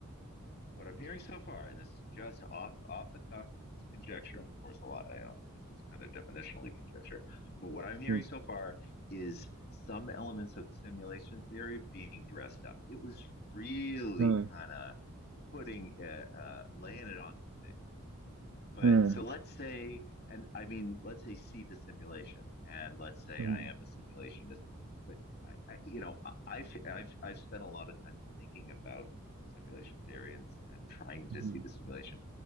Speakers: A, on the left (about 45°); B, on the right (about 60°).
A: what I'm hearing so far, and this is just off off the cuff, and it's conjecture, and of course, a lot. You know, this is kind of definitionally conjecture, but what I'm hearing
B: mm,
A: so far is some elements of simulation theory being dressed up. It was really
B: mm,
A: kind of putting uh, uh, laying it on thick but
B: mm,
A: so let's say, and I mean, let's say see the simulation, and let's say
B: mm,
A: I am a simulationist. But I, I you know, I- I've I've I've spent a lot of time thinking about simulation theory and and trying to
B: mm,
A: see the simulation,